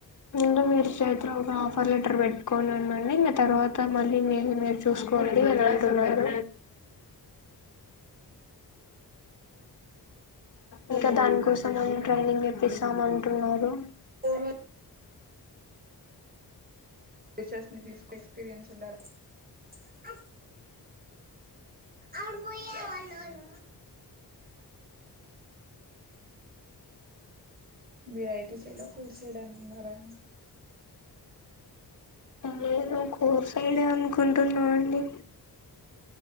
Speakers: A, on the left; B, on the right.
A: ముందు మీరు చేతిలో ఒక ఆఫర్ లెటర్ పెట్టుకొని ఉండండి ఇంగ తర్వాత మళ్ళీ మీది మీరు చూసుకోండి అని అంటున్నారు ఇంకా దాని కోసం మేం ట్రైనింగ్ ఇప్పిస్తాం అంటున్నారు.
B: ఓమే టీచర్స్ ని తీసుకు ఎక్స్పీరియన్స్ ఉండాలి. ఆ అపుడు పోయ వన్నోలు మీరు ఐటీ సైడ కోడ్ సైడ అండి ఉన్నారా
A: నేను కోడ్ సైడే అనుకుంటున్నా అండి